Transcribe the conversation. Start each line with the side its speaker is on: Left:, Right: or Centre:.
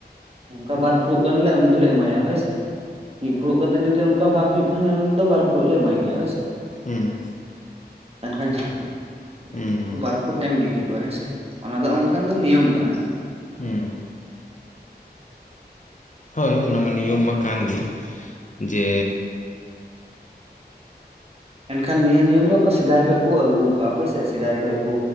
Right: ᱚᱱᱠᱟ ᱵᱟᱨ ᱯᱷᱩᱲᱩᱜ ᱜᱟᱱᱞᱮ ᱩᱱᱤ ᱫᱚᱞᱮ ᱮᱢᱟᱭᱟ ᱦᱳᱭ ᱥᱮ᱾ ᱢᱤᱫ ᱯᱷᱩᱲᱩᱜ ᱠᱟᱛᱮᱫ ᱡᱩᱫᱤ ᱚᱱᱠᱟ ᱵᱷᱟᱜᱽ ᱦᱩᱭᱩᱜ ᱠᱷᱟᱱ ᱩᱱᱤ ᱫᱚ ᱵᱟᱨ ᱯᱷᱩᱲᱩᱜ ᱞᱮ ᱮᱢᱟᱭ ᱜᱮᱭᱟ ᱦᱳᱭ ᱥᱮ᱾
Left: ᱦᱮᱸ
Right: ᱮᱱᱠᱷᱟᱱ <inaudible>
Left: ᱦᱩᱸ
Right: ᱵᱟᱨ ᱯᱷᱩᱲᱩᱜ ᱮᱢᱜᱮ ᱦᱩᱭᱩᱜᱼᱟ ᱦᱩᱭᱥᱮ ᱚᱱᱟ ᱫᱚ ᱚᱱᱠᱟᱱ ᱫᱚ ᱱᱤᱭᱚᱢ ᱠᱟᱱᱟ᱾
Left: ᱦᱮᱸ ᱦᱳᱭ ᱚᱱᱟ ᱢᱟ ᱱᱤᱭᱚᱢ ᱢᱟ ᱠᱟᱱ ᱜᱮ, ᱡᱮᱹ
Right: ᱮᱱᱠᱷᱟᱱ ᱱᱤᱭᱟᱹ ᱱᱤᱭᱚᱢ ᱫᱚ ᱚᱱᱠᱟ ᱥᱮᱫᱟᱭ ᱠᱷᱚᱱ ᱠᱚ ᱟᱹᱜᱩ ᱠᱟᱜᱼᱟ ᱦᱳᱭᱥᱮ ᱾ ᱥᱮᱫᱟᱭ ᱠᱷᱚᱱ ᱠᱚ